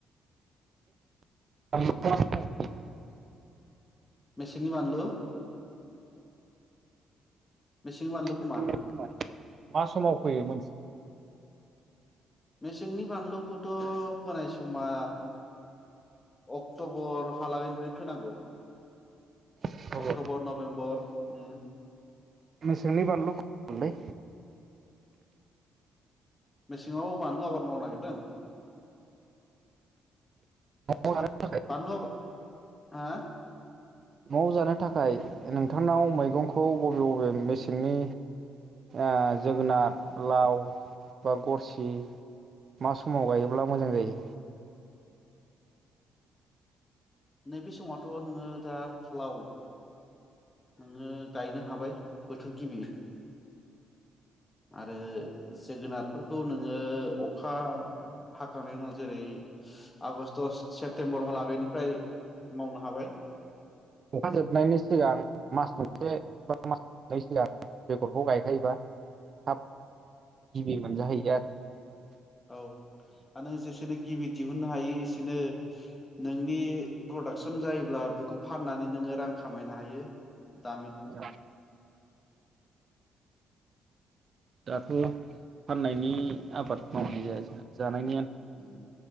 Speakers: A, on the right; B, on the left.
A: <unintelligible>
B: मेसिनि बानलु मेसेंनि बानलुखौ
A: <unintelligible>
B: मा
A: मा समाव फोयो मोनथिगौ नामा?
B: मे सिंनि बानलुखौथ' फोनाय समा अक्ट'बर हालागैनिफ्रायनो फोनांगौ
A: नामा
B: अक्ट'बर नभेम्बर उम
A: मेसेंनि बानलु लै
B: मेसेङाव बानलु आबाद मावनो नागिरदों?
A: न'आव जानो थाखाय
B: बानलु आबा हा?
A: न'वाव जानो थाखाय नोंथांनाव मैगंखौ बबे बबेया मेसेंनि ओ जोगोनार लाव बा गरसि मा समाव गायोब्ला मोजां जायो?
B: नैबे समावथ' नोङो दा लाव नोङो गायनो हाबाय बोथोर गिबि आरो जोगोनारफोरखौ नोङो अ खा हाखांनायनि उनाव जेरै आगष्ट सेप्तेम्बरहाला गैनिफ्राय मावनो हाबाय
A: अखा जोबनायनि सिगां मास मोनसे बा मास मोननै सिगां बेगरखौ गायखायोबा थाब गिबि मोनजाहै <unintelligible>
B: औ आ नों जेसेनो गिबि दिहुननो हायो एसेनो नोंनि प्रडाक्सन जायोब्ला बेखौ फानना नै नोङो रां खामायनो हायो दामि
A: आरो दाथ' फाननायनि आबाद मावनाय जाया जों जानायनि आन
B: उम